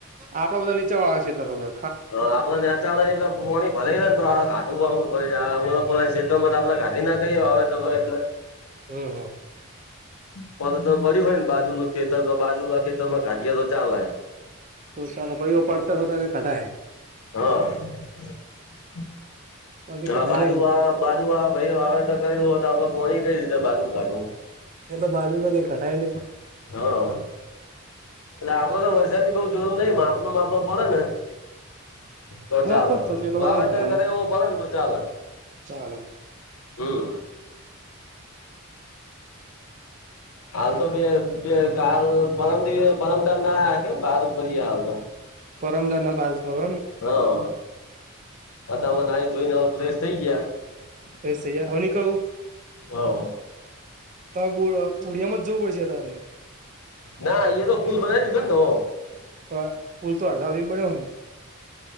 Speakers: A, on the right; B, on the left.
A: આપડા બધાં નીચાવાળા છેે ખેતરો હ.
B: અ આપોને યાર એટલા પાણી ભરાયાય ને તો આ ઘાટું વાું ભરે છે પોતાના ક્ષત્રમાં તો આપણેે ઘાટી ના કહીએ હ ય <inaudible>
A: હમ્મ હમ્મ.
B: પ <unintelligible> તો ભર્યું હોય ને બાજુનું ખેતર તો બાજુના ખેતરમાં કાઢિયે તો ચાલે.
A: તો ચાલો ભાઈઓ પડતર હોતા તો કઢાય.
B: હ એમાં
A: બાકી કઢાય
B: બાજુવાળા
A: નહી
B: બાજુવાળા ભાઈ વાવે તો કરેલું તો આપણે પોણી કઈ રીતે બાજુ મ કાઢવું?
A: એ તો બાજુ વાલે કઢાય નહીં.
B: હા એટલે આપડે તો વરસાદ ની બઉ જોરૂર નઈ માપ નું માપલો પડે ને તો
A: માપનો
B: ચાલે
A: જ થશે એટલે
B: વાવેતર
A: બધું નઈ થાય અમે
B: કરે એવુ પડે તો ચાલે
A: ચાલો
B: હમ હ <inaudible> હાલ તો બે બે કાલ પરમ દિ એ પરમ દાડ ન રાખ્યો બહાર પડી હાલ તો
A: પરમગર ના પાસ ફ
B: હા અતમાં નાઈ ધોઈને ફ્રેશ થઇ ગયાં
A: ફ્રેશ થઈ ગયા હવે નીકળું.
B: હોવ
A: ત બ ઓડિયામાં જ‌ઉ પડશે તારે
B: ના ઇયા તો પુલ બનાવી દીધો ને નવો
A: પલ તો અડધા વધધી બડ્યો હો ને